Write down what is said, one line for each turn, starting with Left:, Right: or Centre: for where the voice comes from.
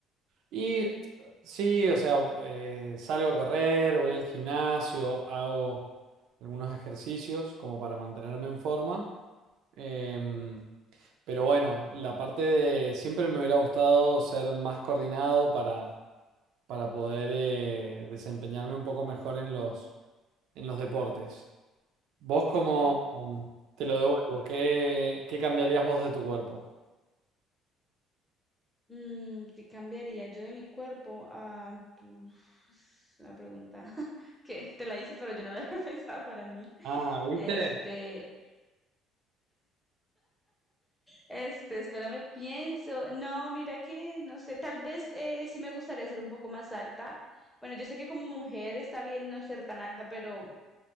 Right: Y sí, o sea, eh, salgo a correr, voy al gimnasio, hago algunos ejercicios como para mantenerme en forma. Em, pero bueno, la parte de siempre me hubiera gustado ser más coordinado para, para poder eh, desempeñarme un poco mejor en los, en los deportes. Vos como,
Centre: Ok.
Right: um, te lo devuelvo, ¿qué, qué cambiarías vos de tu cuerpo?
Centre: Mm, ¿qué cambiaría yo de mi cuerpo? Ah, pues, es una pregunta <laughs> que te la hice, pero yo no la <laughs> había pensado para mí.
Right: Ah, ¿viste?
Centre: Este, este, espérame, pienso. No, mira que, no sé, tal vez eh, sí me gustaría ser un poco más alta. Bueno, yo sé que como mujer está bien no ser tan alta, pero